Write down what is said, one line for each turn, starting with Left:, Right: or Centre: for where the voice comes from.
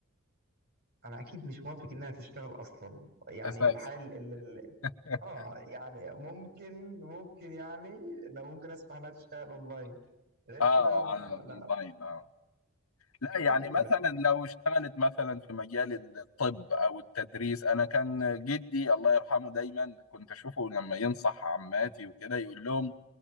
Right: انا اكيد مش موافق انها تشتغل اصلا يعني
Left: أساسي
Right: الحال ال... ال-
Left: <laughs>
Right: اه يعني ممكن ممكن يعني لو ممكن اسمح انها تشتغل اونلاين غير
Left: آه
Right: كده ما-
Left: على الأونلاين
Right: لا
Left: آه لا يعني
Right: غير كده
Left: مثلا
Right: لا
Left: لو اشتغلت مثلا في مجال الطب او التدريس انا كان جدي الله يرحمه دايما كنت اشوفه لما ينصح عماتي وكده يقول لهم